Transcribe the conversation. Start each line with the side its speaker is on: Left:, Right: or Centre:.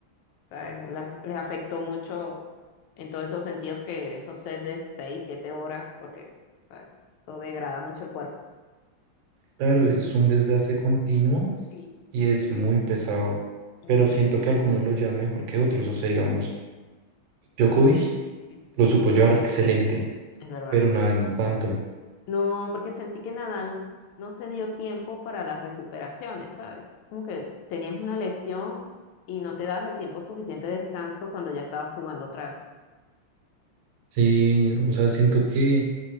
Left: ¿sabes? Las- les afectó mucho en todos esos sentidos que esos sets de 6, 7 horas, porque ¿sabes? eso degrada mucho el cuerpo.
Right: Claro, es un desgaste continuo
Left: Sí,
Right: y es muy pesado,
Left: Ujú,
Right: pero siento que algunos lo llevan mejor que otros. O sea, digamos, Djokovic
Left: sí.
Right: lo supo llevar excelente,
Left: Es verdad.
Right: pero Nadal no tanto.
Left: No, porque sentí que Nadal no se dio tiempo para las recuperaciones, ¿sabes? Como que tenías una lesión y no te das el tiempo suficiente de descanso cuando ya estabas jugando otra vez.
Right: Sí, o sea, siento que,